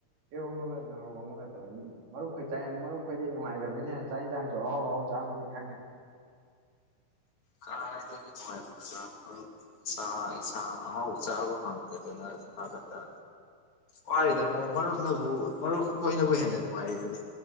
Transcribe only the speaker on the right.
ꯏꯔꯣꯝꯕꯒ ꯉꯥꯔꯣꯝ ꯑꯃꯒ ꯇꯧꯋꯤ ꯃꯔꯨꯞꯈ ꯆ ꯃꯔꯨꯞꯈꯣꯏꯗꯤ ꯅꯨꯡꯉꯥꯏꯈ꯭ꯔꯃꯤꯅꯦ ꯆꯥꯛ ꯌꯦꯟꯁꯥꯡꯁꯨ ꯑꯍꯥꯎ ꯑꯍꯥꯎ ꯆꯥꯔꯝꯝꯕꯅꯤ ꯈꯪꯉꯦ